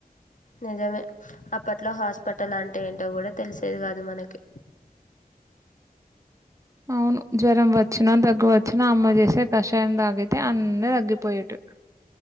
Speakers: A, on the left (about 55°); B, on the right (about 20°).
A: నిజమే అప్పట్లో హాస్పిటల్ అంటే ఏంటో కూడా తెలిసేది కాదు మనకి
B: అవును జ్వరం వచ్చినా దగ్గువచ్చినా అమ్మ చేసే కషాయం తాగితే అన్న తగ్గిపోయేటివి